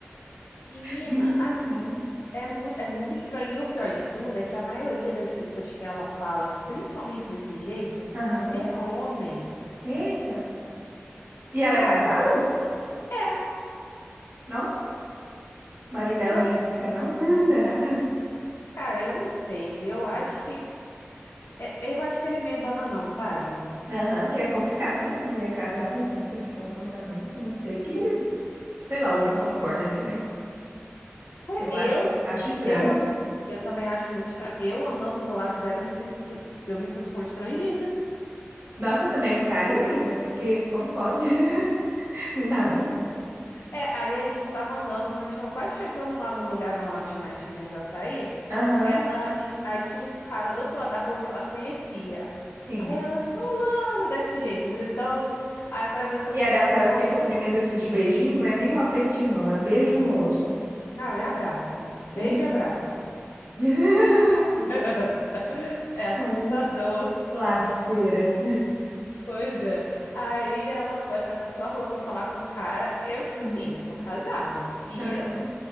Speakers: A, on the left (about 80°); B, on the right (about 55°).
A: Menina,
B: Menina
A: assim,
B: que raiva.
A: é muito, é muito estranho. E o pior de tudo é que a maioria das pessoas que ela fala, principalmente desse jeito,
B: Aham.
A: é homem,
B: Eita. E
A: sabe?
B: ela é casada?
A: É,
B: Não? O marido dela
A: pois,
B: não implica, não? <laughs> Será?
A: cara, eu não sei. Eu acho que, é- eu acho que ele é meio bananão, sabe?
B: Aham, que é complicado, né? Mulher casada, assim, ter esse comportamento. Não sei que,
A: Não,
B: sei lá, o homem concorda, né? Mas
A: foi-
B: eu
A: eu,
B: acho, acho estranho.
A: eu, an- eu também acho muito estranho. Eu andando do lado dela, eu me sinto, eu me sinto constrangida.
B: Nossa, eu também ficaria, amiga, porque como pode? <laughs> Não dá, não.
A: É, aí a gente tava andando, quando a gente tava quase chegando lá no lugar na lanchonete que vende o açaí,
B: Aham,
A: ela, em- aí tinha um cara do outro lado da rua que ela conhecia.
B: sim.
A: Aí ela, rolando desse jeito, gritando, aí atravessou
B: E
A: pra
B: é daquelas
A: falar com
B: que
A: ele.
B: cumprimenta assim de beijinho, não é nem um aperto de mão, é beijo no rosto.
A: Não, é abraço. Beijo
B: Eita.
A: e abraço.
B: <laughs>
A: <laughs> É assustador.
B: Aí, lasqueira.
A: Pois é. Aí ela foi, atravessou a rua pra falar com o cara. Eu, tipo
B: Uhum.
A: assim, eu sou casada. E
B: Aham.